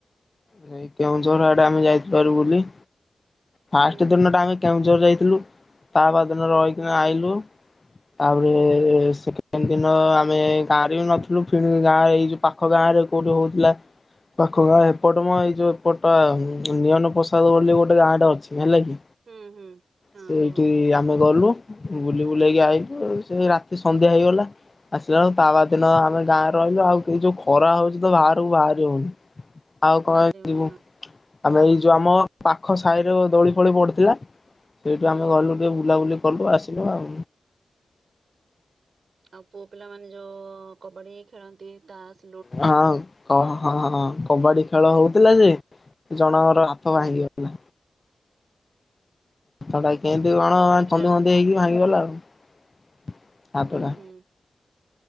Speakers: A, on the left; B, on the right.
A: ସେ କେଉଁଝର ଆଡ଼େ ଆମେ ଯାଇଥିବାରୁୁ ବୁଲି। ଫାଷ୍ଟ
B: ହୁଁ ହୁଁ
A: ଦିନଟା ଆମେ କେଉଁଝର ଯାଇଥିଲୁ ତା ବା ଦିନ
B: ହୁଁ
A: ରହିକିନା ଆଇଲୁ। ତାବେରେ
B: ହୁଁ
A: ସେଠି ତିନି ଦିନ ଆମେ ଗାଁ ରେ ବି ନଥିଲୁ ଗାଁ ଏଇ ଯୋଉ ପାଖ ଗାଁ ରେ କୋଉଠି ହଉଥିଲା ପାଖ ଗାଁ ଏପଟ ନୁଅଁ ଏଇ ଯୋଉ ଏପଟା ନିଅନ ପ୍ରସାଦ ବୋଲି ଗୋଟେ ଗାଁ ଟେ ଅ ହେଲା କି
B: ହୁଁ ହୁଁ ହଁ
A: ସେଇଠି
B: କୁହ
A: ଆମେ
B: ହୁଁ
A: ଗଲୁ। ବୁଲି ବୁଲାକି ଆଇଲୁ ସେ ରାତି ସନ୍ଧ୍ୟା ହେଇଗଲା ଆସିଲା ବଳ ତା ବାଦ୍ ଦିନ ଆମେ ଗାଁରେ ରହିଲୁ
B: ହୁଁ
A: ଆଉ କେ ଯୋଉ ଖରା ହଉଛି ତ ବାହାରକୁ ବାହାରି ହଉନି। ଆଉ କଣ
B: ବାହାରିବନି
A: ଯିବୁ
B: ହଁ
A: ଆମେ ଏଇ ଯୋଉ ଆମ ପାଖ ସାହିରେ ଦୋଳି ଫୋଳି ପଡ଼ିଥିଲା ସେଇଠୁ ଆମେ
B: ହଁ
A: ଗଲୁ
B: ହଁ
A: ଟିକେ ବୁଲାବୁଲି କଲୁ ଆସିଲୁ ଆଉ।
B: ଆଉ ପୁଅ ପିଲାମାନେ ଯୋଉ କବାଡ଼ି ଖେଳନ୍ତି ତାସ୍
A: ହଁ ହଁ ହଁ ହଁ ହଁ କବାଡ଼ି ଖେଳ ହଉଥିଲା ଯେ ଜଣଙ୍କର ହାତ
B: ହୁଁ
A: ଭାଙ୍ଗିିଗଲା। ତଟା କେନ୍ତି
B: ଓ
A: କଣ
B: କବାଡି ଖେଳ
A: ଛନ୍ଦି ମନ୍ଦି ହେଇକି ଭାଙ୍ଗିଗଲା ଆଉ। ହାତଟା
B: ଉଁ ହୁଁ।